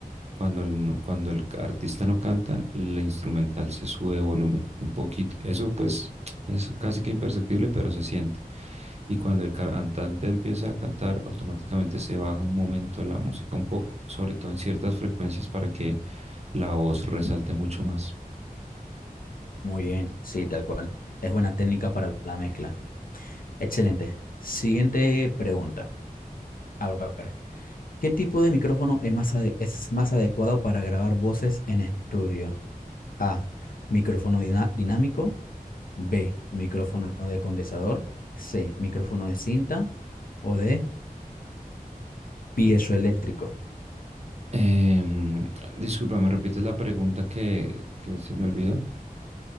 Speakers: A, on the right; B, on the left.
A: Cuando el, no- cuando el ca- artista no canta, la instrumental se sube de volumen un poquito. Eso pues es casi que imperceptible, pero se siente. Y cuando el ca- cantante empieza a cantar, automáticamente se baja un momento la música un poco, sobre todo en ciertas frecuencias para que la voz resalte mucho más.
B: muy bien, sí, tal cual. Es buena técnica para la mezcla. Excelente. Siguiente pregunta. A ver, ¿qué tipo de micrófono es más, ade- es más adecuado para grabar voces en estudio? A, micrófono dina- dinámico. B, micrófono de condensador. C, micrófono de cinta. O D, piezoeléctrico.
A: Em, disculpa, ¿me repites la pregunta que, que se me olvidó?